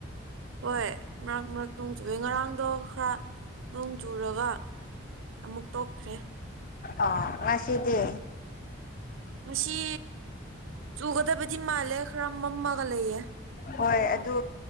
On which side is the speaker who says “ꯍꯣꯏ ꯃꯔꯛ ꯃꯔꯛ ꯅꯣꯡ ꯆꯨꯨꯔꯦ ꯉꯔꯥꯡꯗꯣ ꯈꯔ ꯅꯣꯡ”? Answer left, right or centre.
Right